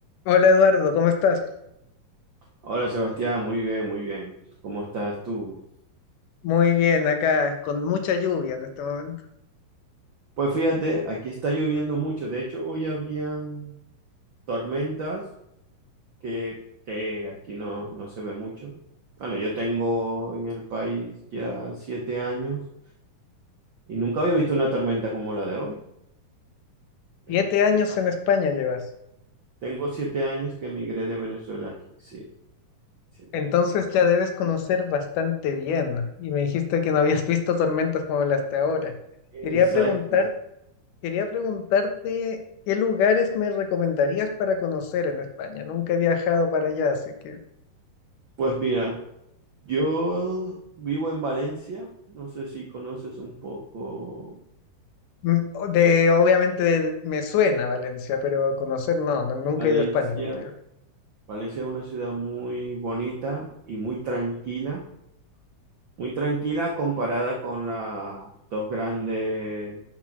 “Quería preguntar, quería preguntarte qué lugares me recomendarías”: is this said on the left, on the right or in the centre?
Left